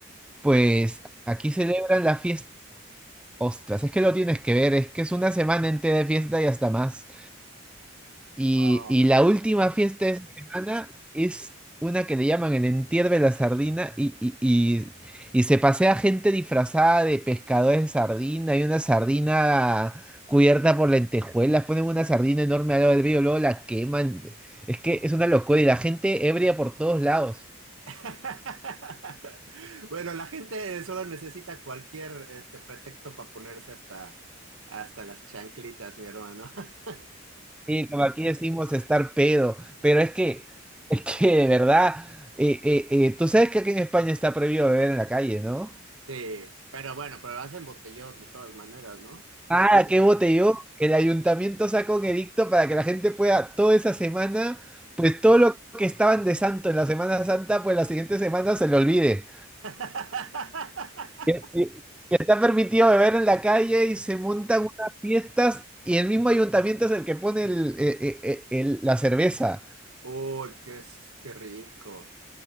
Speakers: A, in the centre; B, on the right (about 70°).
A: pues
B: Ujú.
A: aquí celebran la fiesta Ostras, es que lo tienes que ver, es que es una semana entera de fiesta y hasta más. Y,
B: Oh,
A: y la
B: sí.
A: última fiesta de esa semana es una que le llaman el entierro de la sardina y, y, y, y se pasea gente disfrazada de pescadores de sardina Hay una sardina cubierta por lentejuelas, ponen una sardina enorme al lado del río, luego la queman. Es que es una locura y la gente ebria por todos lados.
B: <laughs> Bueno, la gente solo necesita cualquier este pretexto para ponerse hasta, hasta las chanclitas, mi hermano. <laughs>
A: Sí, como aquí decimos estar pedo, pero es que, <laughs> es que de verdad, eh, eh, eh, tú sabes que aquí en España está prohibido beber en la calle, ¿no?
B: Sí, pero bueno, pero hacen botellón de todas maneras, ¿no?
A: Ah,
B: Yo-
A: qué botellón. El ayuntamiento sacó un edicto para que la gente pueda toda esa semana, pues todo lo que estaban de santo en la Semana Santa, pues la siguiente semana se lo olvide.
B: <laughs>
A: Y y Está permitido beber en la calle y se montan unas fiestas y el mismo ayuntamiento es el que pone el, eh, eh, eh, el- la cerveza.
B: Uy, qué, s- qué rico,